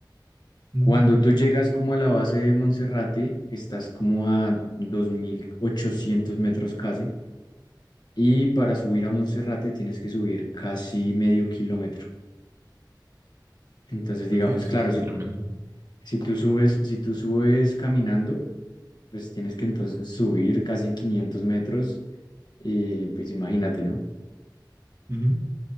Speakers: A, on the right; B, on the left.
A: Mm,
B: Cuando tú llegas como a la base de Monserrate, estás como a 2.800 metros casi. Y para subir a Monserrate tienes que subir casi medio kilómetro. Entonces,
A: Oye,
B: digamos,
A: eso
B: claro,
A: está
B: si,
A: tremendo.
B: si tú subes, si tú subes caminando, pues tienes que entonces subir casi 500 metros. Y pues imagínate, ¿no?
A: Ujú.